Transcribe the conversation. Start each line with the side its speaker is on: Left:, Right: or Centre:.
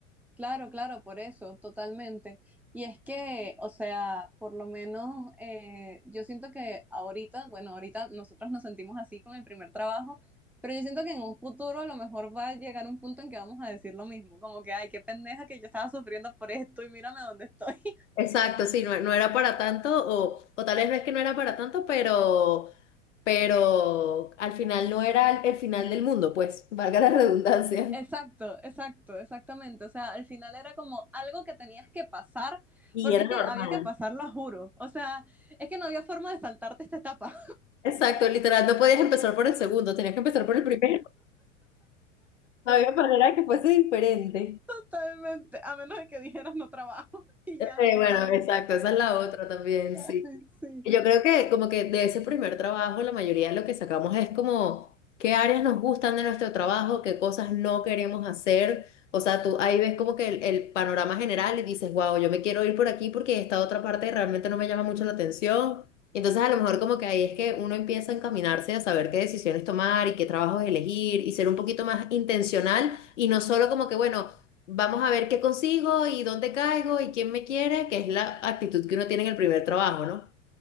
Centre: Claro, claro, por eso, totalmente. Y es que, o sea, por lo menos eh, yo siento que ahorita, bueno, ahorita nosotros nos sentimos así con el primer trabajo, pero yo siento que en un futuro a lo mejor va a llegar un punto en que vamos a decir lo mismo, como que, ay, qué pendeja que yo estaba sufriendo por esto y mírame dónde estoy. <laughs>
Left: Exacto, sí, no, no era para tanto, o, o tal vez no es que no era para tanto, pero, pero al final no era el, final del mundo, pues, <laughs> valga la redundancia.
Centre: Exacto, exacto, exactamente. O sea, al final era como algo que tenías que pasar,
Left: Y
Centre: porque
Left: era
Centre: es
Left: normal.
Centre: que había que pasarlo, a juro. O sea, es que no había forma de saltarte esta etapa.
Left: Exacto, literal, no podías empezar por el segundo, tenías que empezar por el primero. Había manera que fuese diferente.
Centre: Totalmente, a menos de que dijeras no trabajo <laughs> y
Left: Eh,
Centre: ya directamente.
Left: bueno, exacto, esa es la otra también,
Centre: <laughs>
Left: sí.
Centre: Sí,
Left: Y Yo creo que como que de ese primer trabajo la mayoría de lo que sacamos es como qué áreas nos gustan de nuestro trabajo, qué cosas no queremos hacer. O sea, tú ahí ves como que el, el panorama general y dices, wow, yo me quiero ir por aquí porque esta otra parte realmente no me llama mucho la atención. Y Entonces a lo mejor como que ahí es que uno empieza a encaminarse a saber qué decisiones tomar y qué trabajos elegir y ser un poquito más intencional y no solo como que, bueno, vamos a ver qué consigo y dónde caigo y quién me quiere, que es la actitud que uno tiene en el primer trabajo, ¿no?